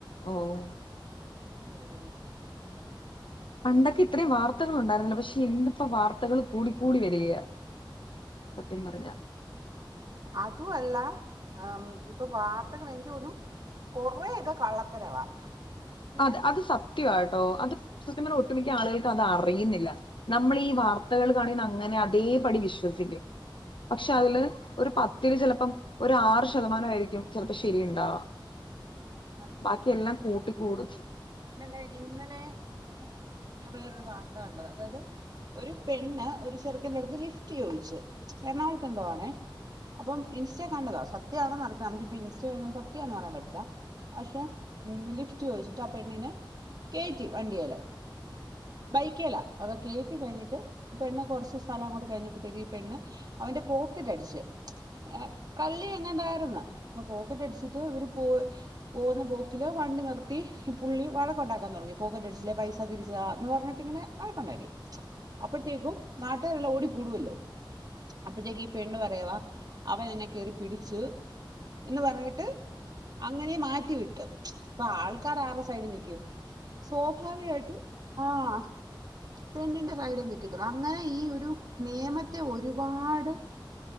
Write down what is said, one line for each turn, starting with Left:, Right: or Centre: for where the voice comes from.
Left: ഓഹ്.
Right: ആഹ്.
Left: പണ്ടൊക്കെ ഇത്രിം വാർത്തകളുണ്ടായിരുന്നില്ല പക്ഷെ ഇന്ന്പ്പ വാർത്തകള് കൂടിക്കൂടി വരികയ. സത്യം പറഞ്ഞ
Right: അതു അല്ല ആം. പ്പ വാർത്തകള് എനിക്ക് തോന്നുന്നു കൊറെയൊക്കെ കള്ളത്തരവാ. പിന്നെ
Left: അത് അത് സത്യവാട്ടോ അത് സത്യം പർഞ്ഞ ഒട്ടുമിക്ക ആളുകൾക്ക് അതറിയുന്നില്ല. നമ്മളീ വാർത്തകൾ കണിണ അങ്ങനെ അതേപടി വിശ്വസിക്ക്യും. പക്ഷെ
Right: ഉം,
Left: അതില്
Right: അതെ
Left: ഒരു പത്തില് ചെലപ്പം ഒരാറ് ശതമാന ആയിരിക്ക്യും ചെലപ്പ ശരിയുണ്ടാവ.
Right: ഉം,
Left: ബാക്കിയെല്ലാം കൂട്ടി കൂട്.
Right: പിന്നെന്താ ഇന്നലെ ഇന്നലെ ഞാ വേറൊരു വാർത്ത കണ്ടത അതായ്ത്. ഒരു പെണ്ണ് ഒരു ചെറുക്കന്റെ അടുത്ത് ലിഫ്റ്റ് ചോദിച്ചു എറണാകുളത്ത് എന്തോ ആണേ അപ്പം ഇൻസ്റ്റ കണ്ടതാ സത്യമാണോ നടത്തുന്നത് നമുക്കിപ്പോ ഇൻസ്റ്റ സത്യം ആന് പറയാൻ പറ്റില്ല പക്ഷെ ലിഫ്റ്റ് ചോദിച്ചിട്ട് ആ പെണ്ണിനെ കേറ്റിവണ്ടിയെല് ബൈക്കേല അവകേറ്റികഴിഞ്ഞിട്ട് പെണ്ണ്കൊറ്ച്ച് സ്ഥലംങ്ങൊട് കഴിഞ്ഞപ്പോഴ്ത്തേക്ക് ഈപെണ്ണ് അവന്റെപോക്കറ്റടിച്ച് ഹെ കള്ളിഎങ്ങണ്ടായ്ര്ന്നു പോക്കറ്റടിച്ചിട്ട് ഇവര് പോയ് പോക്ന്നബോക്കില് വണ്ടിനിർത്തി ഈപുള്ളി വഴക്കുണ്ടാക്കാൻതൊടങ്ങി പോക്കറ്റ്ടിച്ച്ലെ പൈസതിരിച്ച്താ ന്ന്പറഞ്ഞിട്ടിങ്ങനെ വഴക്കുണ്ടാക്കി അപ്പഴ്ത്തേക്കും നാട്ടെരെല്ലാംഓടിക്കൂടുവല്ലോ അപ്പഴ്ത്തേക്ക് ഈപെണ്ണ്പറയവാ അവനന്നെ കേറിപിടിച്ചു എന്ന്പർഞ്ഞിട്ട് അങ്ങനെമാറ്റിവിട്ടു ഇപ്പ കാറാറസൈഡ്നിക്കും സ്വാഭാവികയിട്ടും ആഹ് പെണ്ണിന്റെസൈഡേ നക്ക്ത്തുള്ളൂ അങ്ങനെഈഒരു നിയമത്തെഒരുപാട്